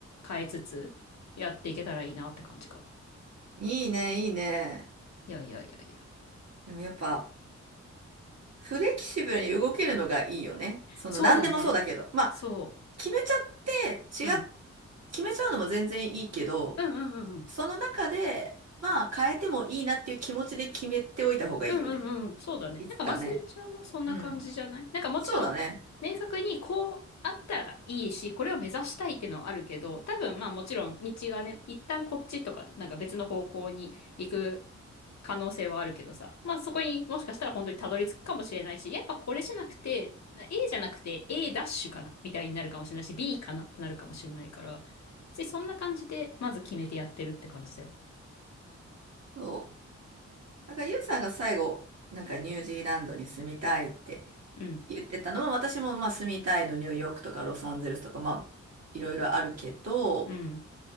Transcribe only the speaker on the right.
いいね、いいね。
でもやっぱ、フレキシブルに動けるのがいいよね。その、
何でもそうだけど。まあ、
決めちゃって、
違っ、
決めちゃうのも全然いいけど、
その中で、まあ、変えてもいいなっていう気持ちで決めておいた方がいいよね。
いつかね。
うん。
そうだね。
そう。なんから、ユウさんが最後、なんかニュージーランドに住みたいって
言ってたのは、私もまあ住みたいのニューヨークとかロサンゼルスとか、まあ、いろいろあるけど、